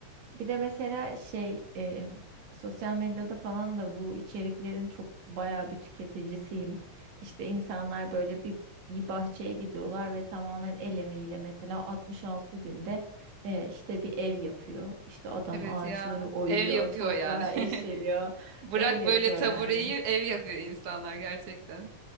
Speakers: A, on the right (about 70°); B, on the right (about 85°).
A: Bir de mesela şey e, sosyal medyada falan da bu içeriklerin çok bayağı bir tüketicisiyim. İşte insanlar böyle bir bir bahçeye gidiyorlar ve tamamen el emeğiyle mesela 66 günde e, işte bir ev yapıyor. İşte adam
B: Evet
A: ağaçları
B: ya.
A: oyuyor,
B: Ev yapıyor
A: toprağı
B: yani.
A: eşeliyor,
B: <laughs> Bırak
A: ev yapıyor
B: böyle tabureyi
A: yani
B: ev yapıyor insanlar gerçekten.